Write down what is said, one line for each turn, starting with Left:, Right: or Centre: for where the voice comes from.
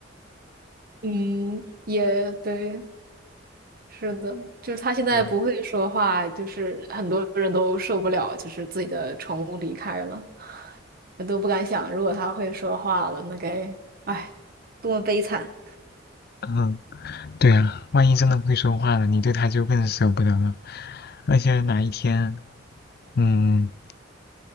Right: 嗯，也对。是的，就是它现在不会说话，
Left: 嗯
Right: 就是很多人都受不了，就是自己的宠物离开了，我都不敢想，如果它会说话了，那该，哎，多么悲惨！
Left: 嗯，对啊，万一真的会说话了，你对他就更舍不得了。而且哪一天，嗯，